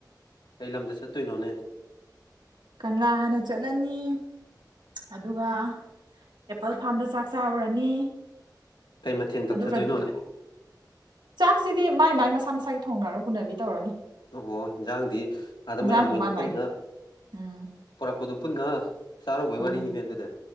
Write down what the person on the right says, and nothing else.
ꯀꯪꯂꯥ ꯍꯥꯟꯅ ꯆꯠꯂꯅꯤ ꯑꯗꯨꯒ ꯑꯦꯄꯜ ꯐꯥꯝꯗ ꯆꯥꯛ ꯆꯥꯔꯨꯔꯅꯤ
ꯑꯗꯨꯒ ꯆꯥꯛꯁꯤꯗꯤ ꯃꯥꯏ ꯃꯥꯏ ꯃꯁꯥ ꯃꯁꯥꯒꯤ ꯊꯣꯡꯅꯔ ꯄꯨꯅꯕꯤ ꯇꯧꯔꯅꯤ
ꯏꯟꯖꯥꯡꯁꯨ
ꯃꯥꯏ
ꯃꯥꯏ ꯎꯝ
ꯎꯝ